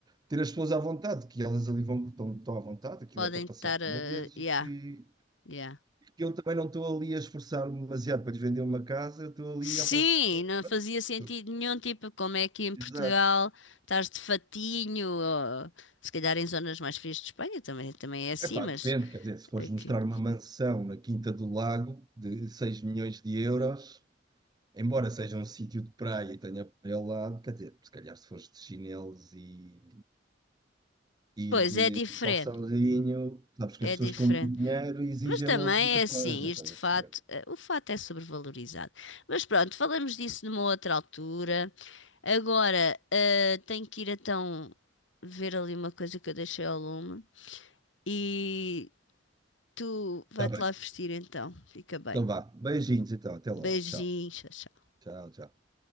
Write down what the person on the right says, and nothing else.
ter as pessoas à vontade, que elas ali vão, estão, estão à vontade, aquilo
é para passar
férias
e que,
que eu também não estou ali a esforçar-me demasiado para lhes vender uma casa, eu estou ali
à procura.
pronto,
tu-
Exato.
Epá,
depende, quer dizer, se fores
mostrar uma mansão na Quinta do Lago de seis milhões de euros, Embora seja um sítio de praia e tenha praia ao lado, quer dizer, se calhar se fores de chinelos e, e
de
calçãozinho, sabes que
as pessoas
com muito dinheiro exigem
logo muita
coisa,
estás a
perceber?
Está bem,
então vá. Beijinhos então, até logo.
Tchau,
tchau, tchau.